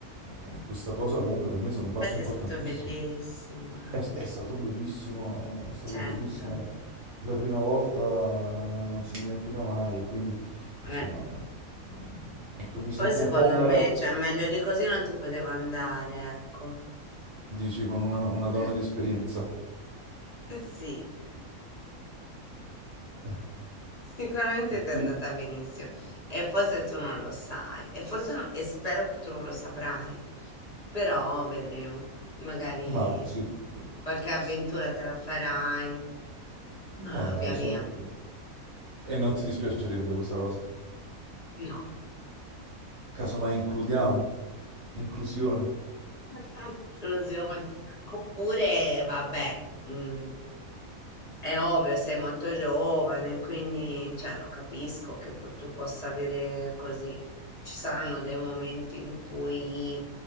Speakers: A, on the right; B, on the left.
A: e questa cosa comunque per me è stato un passo
B: Infatti
A: importantissimo.
B: è stato bellissimo, eh,
A: È, è stato bellissimo, è stato
B: certo.
A: bellissimo. La, la prima volta eh, non si dimentica mai e quindi, insomma,
B: Eh,
A: eh, eh, ecco, mi sento
B: Poi secondo
A: un po' una
B: me,
A: ragazza.
B: cioè, meglio di così non ti poteva andare, ecco.
A: Dici con una, una donna
B: <laughs>
A: di esperienza.
B: Sì.
A: <laughs>
B: Sicuramente ti è
A: Sì.
B: andata benissimo e forse tu non lo sai e forse no- e spero che tu non lo saprai, però vedremo. Magari
A: Ma dai, sì.
B: qualche avventura
A: S-
B: te la farai,
A: Ma
B: eh,
A: dai,
B: via via.
A: sono... E non ti dispiacerebbe questa cosa?
B: No.
A: Casomai includiamo, inclusione.
B: <laughs> Esclusione. Oppure, vabbè, mm, è ovvio, sei molto giovane, quindi cioè, lo capisco che po- tu possa avere così. Ci saranno dei momenti in cui